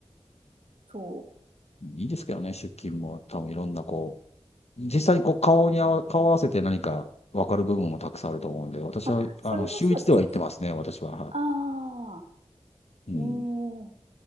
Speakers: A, on the right (about 70°); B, on the left (about 65°).
A: そ
B: いいですけどね、出勤も、多分いろんな、こう、実際にこう顔に合わ、顔合わせて何か分かる部分もたくさんあると思うんで、私は、
A: う。あ、それはそうですね。
B: あの、週一では行ってますね、私は。は
A: ああ、
B: い。うん。
A: ね、え、